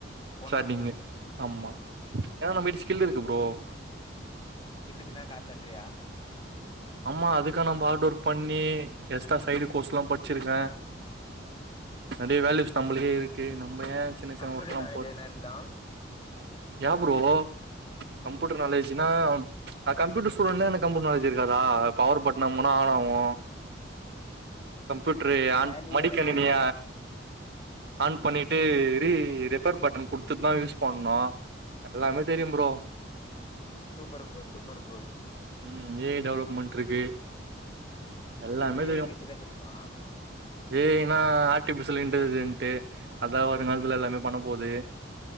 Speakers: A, on the left; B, on the right.
A: போனோன்னியம்
B: ஸ்டார்டிங்கு ஆமா ஏனா நம்ம கிட்ட ஸ்கில் இருக்கு ப்ரோ
A: கிள்ளுக்கு தா காசேன்றியா
B: ஆமா அதுக்கா நம்ம ஹார்ட் ஒர்க் பண்ணி எக்ஸ்ட்ரா சைடு கோர்ஸ்ல்லாம் படிச்சிருக்க நறைய வேல்யூஸ் நம்முளுக்கே இருக்கு நம்ம ஏ சின்ன சின்ன
A: கம்ப்யூட்டர்
B: ஒர்க் எல்லாம்
A: நாலேஜ்
B: போய்
A: எதனா இருக்குதா
B: ஏ ப்ரோ கம்ப்யூட்டர் நாலேஜ்னா நா கம்ப்யூட்டர் ஸ்டுடென்ட்னா எனக்கு கம்ப்யூட்டர் நாலேஜ் இரு க்காதா பவர் பட்டன் அமுகுனா ஆன் ஆகும் கம்ப்யூட்டரு ஆன்
A: டேலி
B: மடி
A: எதனா
B: கணினிய ஆன் பண்ணிட்டு ரீ ரெஃபர் பட்டன் குடுத்துட்டு தா யூஸ் பண்ணும் எல்லாமே தெரியும் bro
A: super bro super bro
B: உம் ஏஐ டெவலப்மென்ட் இருக்கு எல்லாமே
A: ஓ ஏ
B: தெரியும்
A: ஐ பத்திலா தெரியுமா
B: ஏஜ னா ஆர்டிபிஷியல் இன்டெலிஜென்ட்டு அதா வருங்காலத்துல எல்லாமே பண்ண போகுது